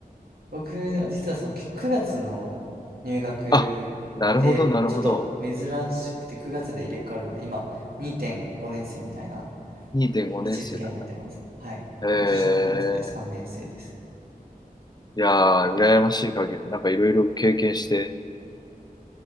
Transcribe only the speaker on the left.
あ、なるほど、なるほど。
2.5年生なんだ。
えー、
いやー、羨ましい限り、なんかいろいろ経験して、